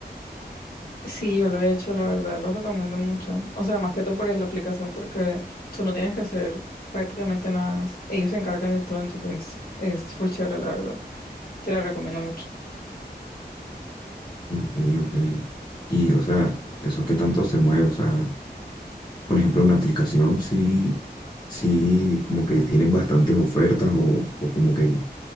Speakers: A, on the left (about 60°); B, on the left (about 25°).
A: Sí, yo lo he hecho, la verdad, lo recomiendo mucho. O sea, más que todo por la aplicación, porque tú no tienes que hacer prácticamente nada. Ellos se encargan de todo, entonces es full chévere, la verdad. Te la recomiendo mucho.
B: Ok, ok. Y, o sea, ¿eso qué tanto se mueve? O sea... por ejemplo, en la aplicación sí, sí como que tienen bastantes ofertas o, o como que